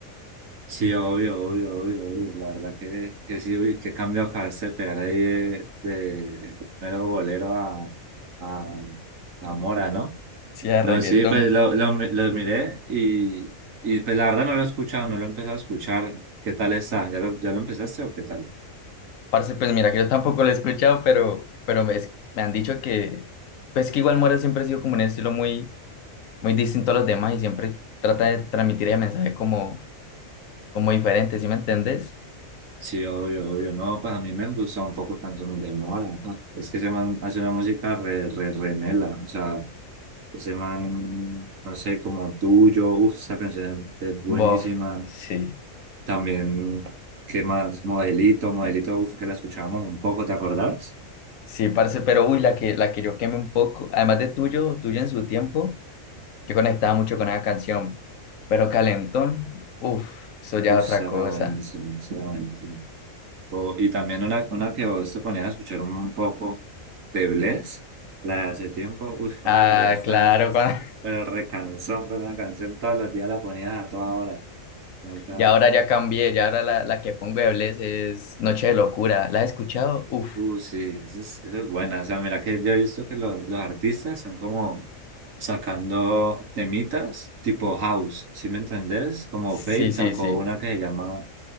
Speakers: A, on the right; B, on the left.
A: Sí, obvio, obvio, obvio, obvio. La verdad que, que sí, uy, qué cambio acabaste de pegar ahí de, de mero bolero a, a, a Mora, ¿no?
B: Sí, de
A: No,
B: reggaetón.
A: sí, pues lo, lo, mi- lo miré y, y pues la verdad no lo he escuchado, no lo he empezado a escuchar. ¿Qué tal está? ¿Ya lo, ya lo empezaste o qué tal?
B: Parce, pues mira que yo tampoco lo he escuchado, pero, pero me, me han dicho que, pues que igual Mora siempre ha sido como un estilo muy muy distinto a los demás y siempre trata de transmitir el mensaje como, como diferente, ¿sí me entendés?
A: Sí, obvio, obvio. No, pues a mí me gusta un poco Canciones de Mora. ajá. Es que se man hace una música re, re, re mela. O sea, ese man, no sé, como tuyo. Uf, esa canción es buenísima.
B: Bof, sí,
A: También, ¿qué más? Modelito, Modelito, uf, que la escuchábamos un poco, ¿te acordás?
B: sí, parce, pero uy, la que, la que yo quemé un poco, además de tuyo, tuyo en su tiempo, yo conectaba mucho con esa canción, pero Calentón, uff, eso ya
A: Uf,
B: es otra
A: esa
B: cosa.
A: era buenísima, esa era buenísima. O- y también una, una que vos te ponías a escuchar un, un poco de Bless, la de hace tiempo, uy, Fabio,
B: Ah,
A: pero ya estás,
B: claro, cuando-
A: pero recansón con una canción, todos los días la ponías a toda hora. Me
B: <laughs>
A: encanta.
B: y ahora ya cambié, ya ahora la, la que pongo de Bless es Noche de Locura, ¿la has escuchado? Uff,
A: Uh, sí, esa es, esa es buena. O sea, mira que yo he visto que los, los artistas están como sacando temitas tipo house, ¿sí me entendés? Como
B: sí,
A: Fate
B: sí,
A: sacó
B: sí.
A: una que se llama